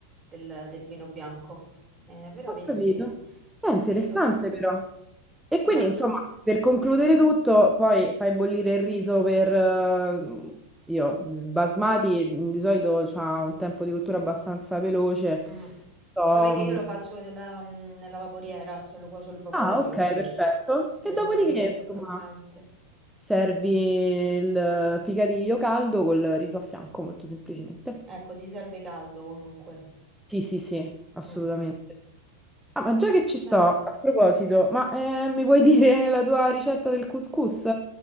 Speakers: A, on the right (about 25°); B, in the centre.
A: del- del vino bianco. Eh, però
B: Ho
A: vedi
B: capito.
A: se è
B: È
A: figo.
B: interessante però. E quindi,
A: Ma
B: insomma, per concludere tutto, poi fai bollire il riso per... eh, Dio, il basmati mm, di solito ha un tempo di cottura abbastanza veloce.
A: mm,
B: So,
A: vabbè che
B: mm,
A: io lo faccio nella, mm, nella vaporiera, cioè lo cuocio al vapore,
B: Ah, ok,
A: quindi
B: perfetto.
A: che
B: E
A: rimane
B: dopodiché,
A: pure più
B: insomma,
A: croccante.
B: servi il eh, picadiglio caldo col riso a fianco, molto semplicemente.
A: Ecco, si serve caldo comunque.
B: Sì, sì, sì, assolutamente.
A: Mm, mm.
B: Ah, ma già che ci
A: Beh,
B: sto, a proposito, ma eh, mi vuoi <laughs> dire la tua ricetta del couscous?